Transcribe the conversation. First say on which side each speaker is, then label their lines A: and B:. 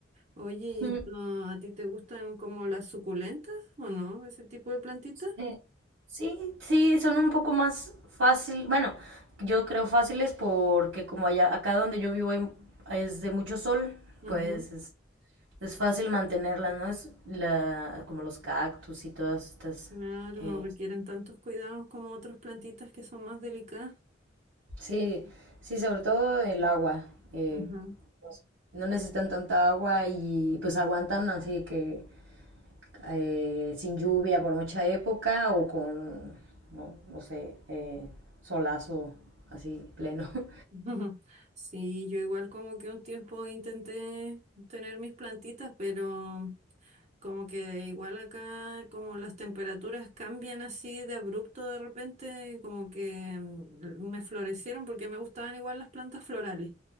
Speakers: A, on the right; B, on the right.
A: Oye, ¿y
B: Ujú.
A: esto a ti te gustan como las suculentas o no? Ese tipo de plantitas.
B: Eh, sí, sí, son un poco más fácil, bueno, yo creo fáciles porque como allá, acá donde yo vivo hay- es de mucho sol,
A: Ajá.
B: pues es, es fácil mantenerlas, ¿no? Es la, como los cactus y todas estas.
A: Claro,
B: eh,
A: no requieren tantos cuidados como otras plantitas que son más delicadas.
B: sí, sí, sobre todo el agua. eh,
A: Ajá.
B: no no necesitan tanta agua y pues aguantan así que eh, sin lluvia por mucha época o con, no, no sé, eh, solazo así pleno. <laughs>
A: <laughs> Sí, yo igual como que un tiempo intenté tener mis plantitas, pero como que igual acá como las temperaturas cambian así de abrupto de repente, como que mm, me florecieron porque me gustaban igual las plantas florales.